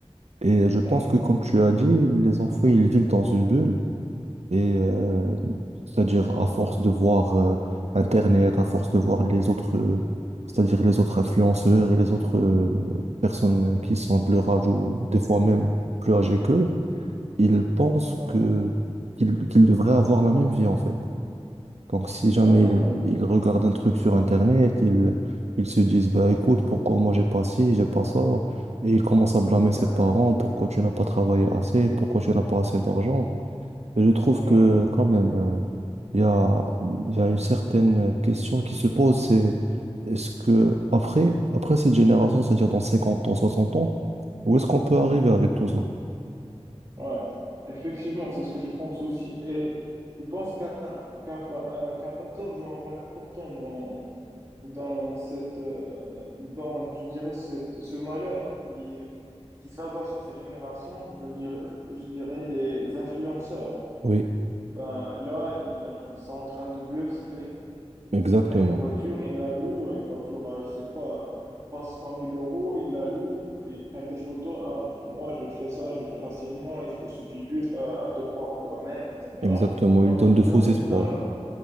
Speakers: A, on the right; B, on the right.
A: Et je pense
B: ouais,
A: que, comme tu as dit, les enfants, ils vivent dans une bulle. Et euh, c'est-à-dire à force de voir euh, Internet, à force de voir les autres, euh, c'est-à-dire les autres influenceurs et les autres euh, personnes qui sont de leur âge ou des fois même plus âgées qu'eux, ils pensent
B: ouais.
A: que qu'ils qu'ils devraient avoir la même vie en fait. Donc si jamais
B: d'accord,
A: ils, ils regardent un truc sur Internet, ils, ils se disent bah écoute, pourquoi moi j'ai pas ci, j'ai pas ça. Et ils commencent à blâmer
B: ouais,
A: ses parents, pourquoi tu n'as pas travaillé assez, pourquoi tu n'as pas assez d'argent. Et je trouve
B: ouais,
A: que quand même, euh, il y a, il y a une certaine euh, question qui se pose, c'est est-ce que après, après cette génération, c'est-à-dire dans 50 ans, 60 ans, où est-ce qu'on peut arriver avec tout ça?
B: ouais. Effectivement, c'est ce que je pense aussi. Et je pense qu'un qu'un fa- euh, qu'un facteur joue un rôle important dans, dans cette, euh, dans, je dirais, cette, ce malheur qui, qui s'abat sur cette génération, je dirais, je, je dirais les influenceurs.
A: Oui,
B: Ben, là, ils, ils sont en train de bluffer
A: exactement.
B: Ils prennent une voiture, ils la louent, une voiture à, je sais pas, 300 000 euros, ils la louent, ils prennent des photos. Ah, pour moi, je le fais ça, je le fais facilement, il faut, il suffit juste ah, hein, de croire en toi-même, etc.
A: Exactement.
B: Donc,
A: Il donne
B: ils,
A: de faux
B: don-
A: espoirs.
B: ils donnent,